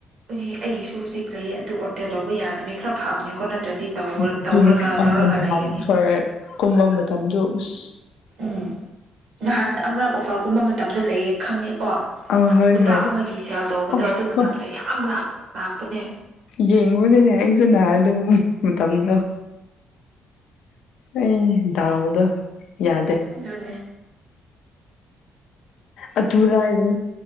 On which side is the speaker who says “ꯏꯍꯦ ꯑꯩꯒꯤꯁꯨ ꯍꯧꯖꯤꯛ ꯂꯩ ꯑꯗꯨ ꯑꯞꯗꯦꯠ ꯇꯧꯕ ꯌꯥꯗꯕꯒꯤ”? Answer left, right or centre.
Right